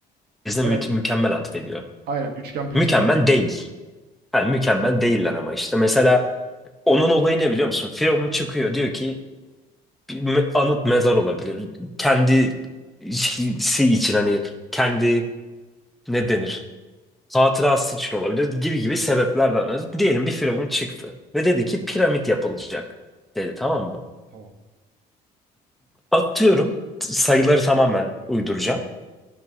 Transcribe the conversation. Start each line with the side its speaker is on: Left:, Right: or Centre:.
Centre: Bize
Right: Evet.
Centre: mü- mükemmel atfediyor.
Right: Aynen üçgen prizma.
Centre: Mükemmel değil. Yani mükemmel değiller ama işte mesela onun olayı ne biliyor musun? Firavun çıkıyor diyor ki bir me- anıt mezar olabilir. Kendisi için hani kendi ne denir? Hatırası için olabilir gibi gibi sebeplerden. ötürü. Diyelim bir Firavun çıktı ve dedi ki piramit yapılacak dedi tamam mı?
Right: Tamam.
Centre: Atıyorum t- sayıları tamamen uyduracağım.